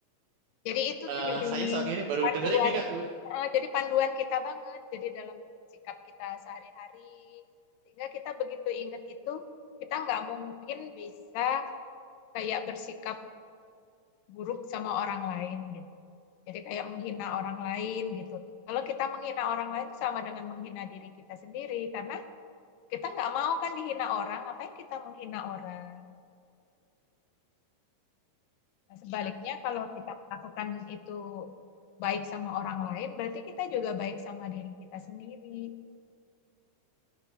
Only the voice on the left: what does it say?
Jadi itu
tuh jadi
panduan
eh, jadi panduan kita banget. Jadi dalam sikap kita sehari-hari, sehingga kita begitu ingat itu, kita nggak mungkin bisa kayak bersikap buruk sama orang lain gitu. Jadi kayak menghina orang lain gitu. Kalau kita menghina orang lain itu sama dengan menghina diri kita sendiri karena kita nggak mau kan dihina orang, ngapain kita menghina orang. Nah, sebaliknya kalau kita melakukan itu baik sama orang lain, berarti kita juga baik sama diri kita sendiri.